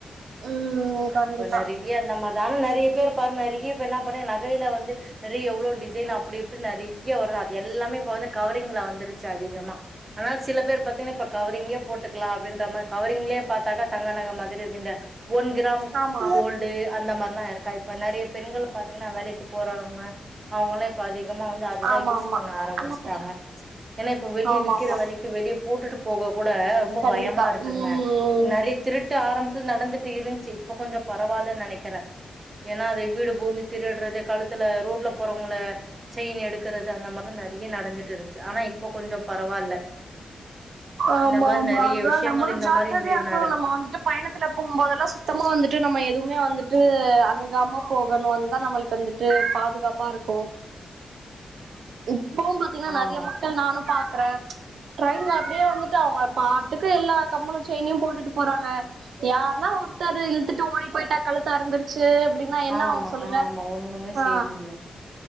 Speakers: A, on the right; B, on the right.
A: ம் கண்டிப்பா
B: இப்ப நெறைய அந்த மாரிதா ஆனா நெறைய பேர் பாரு நெறைய பேர் என்ன பண்ணங்க நகையில வந்து நெறைய எவ்ளவு டிசைன் அப்டி அப்டி நெறைய வரும்து அது எல்லாமே இப்ப வந்து கவரிங்ல வந்துருச்சு <unintelligible> அதிகமா ஆனா சில பேர் பாத்தீங்கன்னா இப்ப கவரிங்கே போட்டுக்கலா அப்டின்ற மாரி கவரிங்லயே பாத்தாங்க தங்கநக மாரி இருக்கு இந்த ஒன் கிராம்
A: ஆமா
B: கோல்டு அந்த மாரிலா இருக்கா இப்ப நெறைய பெண்கள் பாத்தீங்கன்னா வேலைக்கு போறாவங்க அவங்களா இப்ப அதிகமா வந்து அதுதா
A: ஆமா
B: யூஸ்
A: ஆமா
B: பண்ண ஆரம்பிச்சுட்டாங்க
A: ஆமா
B: ஏன்னா இப்ப வெளிய
A: ஆமா
B: விக்கிற
A: ஆமா
B: விக்கு வெளியே போட்டுட்டு போக கூட ரொம்ப
A: கண்டிப்பா
B: பயமா இருக்குங்க
A: ம்
B: நெறை இப்ப திருட்டு ஆரம்பத்து நடந்துட்டு இருந்துச்சு இப்ப கொஞ்ச பரவாயில்லன்னு நெனைக்கிறே ஏன்னா அத வீடு பூந்து திருடுறது கழுத்துல ரோட்ல போறவங்கள செயின் எடுக்குறது அந்த மாரிலா நறைய நடந்துட்டு இருன்ச்சு ஆனா இப்ப கொஞ்ஜோ பரவால்ல
A: ஆமா
B: இந்த மாரி
A: ஆமா
B: நெறைய
A: அதா
B: விஷயங்கள்
A: நம்மளு
B: இந்த
A: ஜாக்கிரதையா
B: மாரி இந்த
A: இருக்கணு
B: நடக்கு
A: நம்ம வந்துட்டு பயணத்துல போம்போதெல்லா சுத்தமா வந்துட்டு நம்ம எதுவுமே வந்துட்டு அணுகாம போகணு அதுதான் நம்ளுக்கு வந்துட்டு பாதுகாப்பா இருக்கும் இப்பவும் பாத் இன்னு
B: ஆமா
A: நறைய மக்கள் நானு பாக்றேன ட்ரெயின்ல அப்டியே வந்துட்டு அவங்க பாட்டுக்கு எல்லா கம்பள செய்னியும் போட்டுட்டு போறாங்க யாருன்னா ஒருத்தரு இழுத்துட்டு ஓடி போயிட்டு கழுத்தருந்து ச்சு அப்டின்னா என்ன
B: ஆமா
A: ஆகு சொல்லுங்க
B: ஆமா ஒண்ணுமே
A: ஆ
B: செய்ய முடியாது